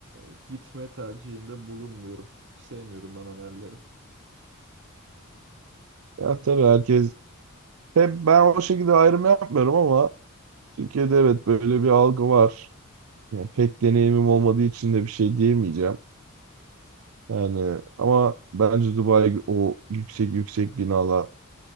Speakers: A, on the right; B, on the right.
A: e, gitme tercihinde bulunmuyorum. Sevmiyorum ben o yerleri.
B: Ya tabii herkes hep ben o şekilde ayrım yapmıyorum ama Türkiye'de evet böyle bir algı var. Yani pek deneyimim olmadığı için de bir şey diyemeyeceğim. Yani ama bence Dubai o yüksek yüksek binalar,